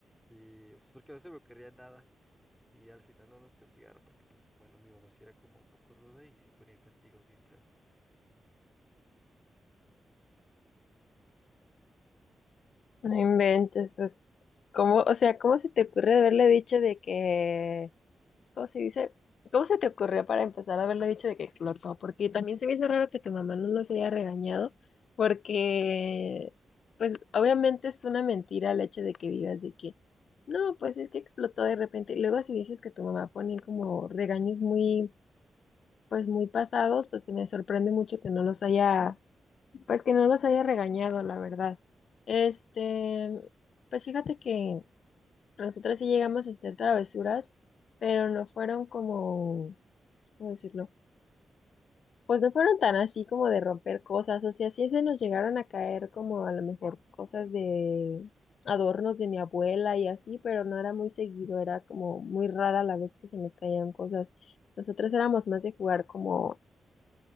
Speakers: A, in the centre; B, on the left.
A: Y pues porque no se me ocurría nada. Y al final no nos castigaron porque pues bueno, mi mamá sí era como un poco ruda y sí ponía castigos bien feos.
B: No inventes, pues, ¿cómo, o sea, cómo se te ocurre haberle dicho de que ¿Cómo se dice? ¿Cómo se te ocurrió para empezar a haberlo dicho de que explotó? Porque también se me hizo raro que tu mamá no nos haya regañado, porque, pues, obviamente es una mentira el hecho de que digas de que, no, pues es que explotó de repente. Y luego si dices que tu mamá ponía como regaños muy, pues, muy pasados, pues se me sorprende mucho que no los haya, pues, que no los haya regañado, la verdad. Este, pues fíjate que nosotras sí llegamos a hacer travesuras pero no fueron como ¿cómo decirlo? Pues no fueron tan así como de romper cosas, o sea, sí se nos llegaron a caer como a lo mejor cosas de adornos de mi abuela y así, pero no era muy seguido, era como muy rara la vez que se nos caían cosas. Nosotros éramos más de jugar como,